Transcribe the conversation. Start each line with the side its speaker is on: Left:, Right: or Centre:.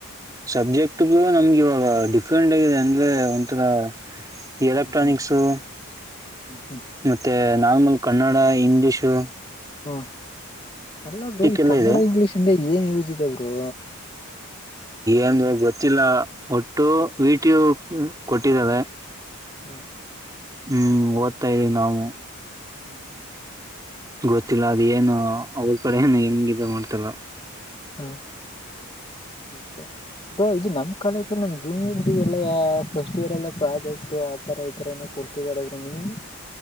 Right: ಸಬ್ಜೆಕ್ಟ್ ಗಳು ನಮಗ ಇವಾಗ ಡಿಫ್ರೆಂಟ್ ಏನಂದ್ರೆ ಅಂದ್ರೆ ಒಂಥರಾ ಎಲೆಕ್ಟ್ರಾನಿಕ್ಸು
Left: ಹ್ಮ್ ಹ್ಮ್
Right: ಪ್ಚ್ ಟಕ್
Left: ಹ್ಮ್ ಹ್ಮ್
Right: ಮತ್ತೆ ನಾಮಲ್ ಕನ್ನಡಾ ಇಂಗ್ಲೀಷು
Left: ಹು ಅಲ್ಲ ಬ್ರೋ ಈ
Right: ಎಲ್ಲ
Left: ಕನ್ನಡ
Right: ಇದೆ
Left: ಇಂಗ್ಲಿಷ್ ಹಿಂದಿ ಏನ್ ಯೂಸ್ ಇದೆ ಬ್ರೋ
Right: ಏಂದು
Left: ಹ
Right: ಗೊತ್ತಿಲ್ಲ ಒಟ್ಟು ವಿಟಿಯೂ ಕೊಟ್ಟಿದ್ದಾವೆ.
Left: ಹಾ
Right: ಹು ಓದ್ತಾ ಇದವಿ ನಾವು
Left: ಹು ಹು
Right: ಗೊತ್ತಿಲ್ಲ ಅದ ಏನು ಅವ್ರ ಕಡೆ ಹ ಹೆಂಗಿದ ಮಾಡ್ತಲ್ಲ
Left: ಹಾಆ
Right: ಜೀಇಇಇ
Left: ಮತ್ತೆ ಬ್ರೋ ಇದು ನಮ್ ಕಾಲೇದಲ್ಲಿ ನಮ್ಮ್ ಜೂನಿಯರ್ಸ್ಗೆಲ್ಲ ಫಸ್ಟ್ ಇಯರ್ ಎಲ್ಲ ಪ್ರಾಜೆಕ್ಟ್ ಥರ ಈ ಥರ ಏನೋ ಕೊಡ್ತಿದ್ದಾರೆ ಬ್ರೋ ನಿಮಗೆ